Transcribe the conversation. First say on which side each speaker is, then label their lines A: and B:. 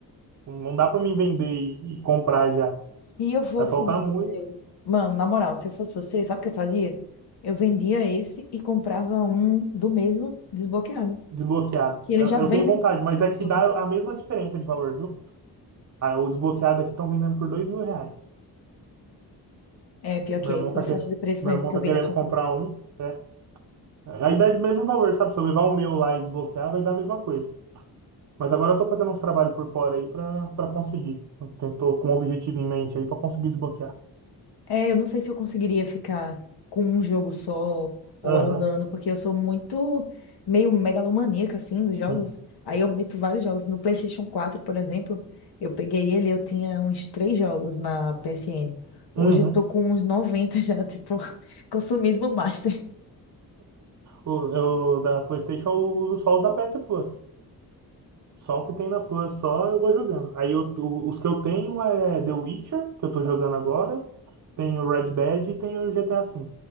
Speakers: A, on the right (about 50°); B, on the left (about 85°).
A: Não dá para mim vender e, e comprar já.
B: Se eu fosse
A: Vai faltar
B: você,
A: muito
B: mano, na moral, se eu fosse você, sabe o que eu fazia? Eu vendia esse e comprava um do mesmo desbloqueado,
A: desbloqueado.
B: que eles
A: Eu,
B: já vendem
A: eu tenho vontade, mas aqui
B: desbloqueado.
A: dá a mesma diferença de valor, viu? Ah, o desbloqueado aqui estão vendendo por dois mil reais.
B: É, pior que
A: Meu
B: é
A: irmão
B: essa
A: tá
B: faixa
A: querendo,
B: de preço
A: meu
B: mesmo
A: irmão
B: que
A: tá
B: eu vi
A: querendo
B: na Shopee.
A: comprar um, né? Aí dá de mesmo valor, sabe? Se eu levar o meu lá e desbloquear, vai dar a mesma coisa. Mas agora eu tô fazendo uns trabalhos por fora aí pra para conseguir. Eu Tô com um objetivo em mente aí pra conseguir desbloquear.
B: É, eu não sei se eu conseguiria ficar com um jogo só ou
A: Aham.
B: alugando, porque eu sou muito meio megalomaníaca assim dos jogos.
A: sim.
B: Aí eu meto vários jogos. No PlayStation quatro por exemplo, eu peguei ele, eu tinha uns três jogos na P S N Hoje
A: Uhum.
B: eu tô com uns 90 já, <laughs> tipo, consumismo master.
A: O- Eu, da PlayStation eu uso só os da PS Plus. Só o que tem na Plus, só eu vou jogando. Aí eu- o- os que eu tenho é The Witcher, que eu tô jogando agora, tem o Red Dead e tem o GTA V.